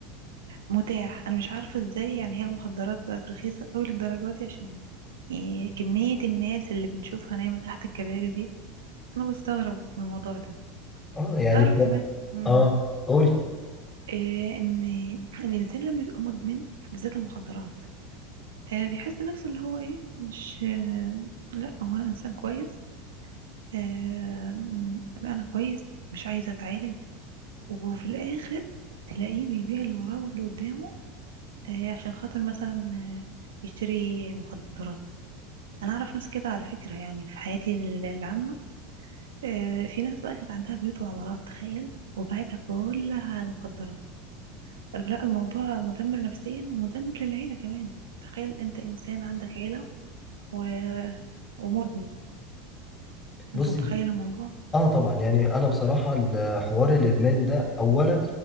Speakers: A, on the right; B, on the left.
A: متاح انا مش عارفه ازاي يعني هي المخدرات بقت رخيصه قوي للدرجه دي عشان يعني كميه الناس اللي بنشوفها نايمه تحت الكباري دي انا بستغرب من الموضوع ده
B: اه يعني
A: تعرف
B: بت...
A: كمان امم
B: اه قولي
A: إيه ان الانسان لما بيبقى مدمن بالذات المخدرات آه بيحس نفسه اللي هو ايه مش آه لا هو انا انسان كويس آه م- انا كويس مش عايزه اتعالج وفي الاخر تلاقيه بيبيع اللي وراه واللي قدامه آه عشان خاطر مثلا آه يشتري مخدرات انا اعرف ناس كده على فكره يعني في حياتي ال- العامه آه في ناس بقى كانت عندها بيوت وعمارات تخيل وبعتها كلها على المخدرات لا الموضوع مدمر نفسيا ومدمر للعيله كمان تخيل انت انسان عندك عيله و... ومدمن
B: بصي
A: انت متخيل الموضوع
B: اه طبعا يعني انا بصراحة ال- حوار الادمان ده اولا